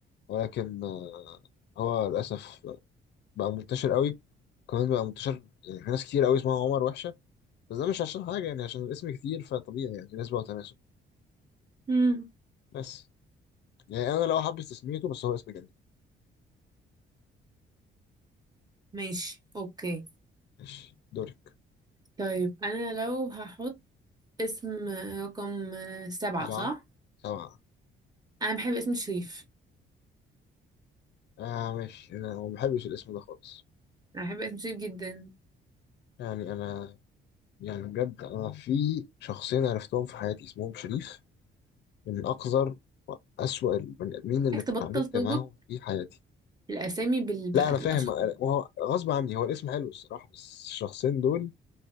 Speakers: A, on the left; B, on the right.
A: ولكن آه، هو للأسف بقى منتشر قوي كمان بقى منتشر يعني في ناس كتير قوي اسمها عمر وحشة بس ده مش عشان حاجة يعني عشان الاسم كتير فطبيعي يعني نسبة وتناسب
B: امم
A: بس يعني أنا لو حابب تسميته بس هو اسم جميل
B: ماشي اوكي
A: ماشي دورك
B: طيب انا لو هحط اسم رقم سبعة
A: سبعة
B: صح
A: سبعة
B: انا بحب اسم شريف
A: آه ماشي أنا ما بحبش الاسم ده خالص
B: انا بحب اسم شريف جدا
A: يعني أنا يعني بجد أنا في شخصين عرفتهم في حياتي اسمهم شريف من أقذر وأسوأ البني آدمين اللي
B: محتاج
A: اتعاملت
B: تبطل تربط
A: معاهم في حياتي
B: الاسامي بالاشخاص
A: لا أنا فاهم أنا- وهو غصب عني هو الاسم حلو الصراحة بس الشخصين دول